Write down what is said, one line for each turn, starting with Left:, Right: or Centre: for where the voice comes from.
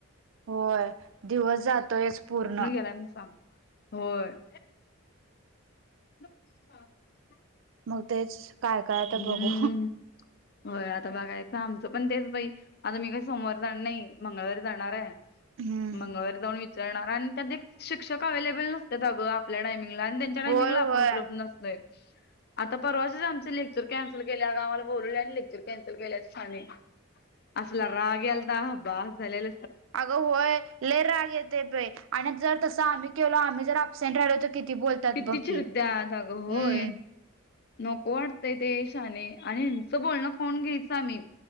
Right: होय दिवस जातोयच पूर्ण.
Left: आलाय म्हणून सांग. होय. <unintelligible>
Right: मग तेच काय काय तर
Left: हम्म
Right: बघू.
Left: होय. आता बघायचं आमचं पण तेच बाई आता मी काही सोमवार जाणार नाही. मंगळवारी जाणार आहे.
Right: हम्म
Left: मंगळवारी जाऊन विचारणार. आणि त्यात एक शिक्षक अवेलेबल नसत्यात अगं, आपल्या टायमिंगला आणि त्या टायमिंग
Right: होय
Left: ला आपण
Right: होय
Left: उपलब्ध नसतोय. आता परवाशेच आमचे लेक्चर कॅन्सल केल्या. अगं आम्हाला बोलवल्या आणि लेक्चर कॅन्सल केल्या अगं शहाणे. असला राग यालता बास झालेल
Right: अगं होय. लय राग येते बाई, आणि जर तस आम्ही केलो आम्ही जर अप सेंट राहिलो तर किती बोलतात
Left: किती
Right: बघ
Left: चिडत्यात
Right: की,
Left: अगं होय.
Right: हम्म.
Left: नको वाटतंय ते शहाने. आणि ह्याचं बोलणं खाऊन घ्यायच आम्ही.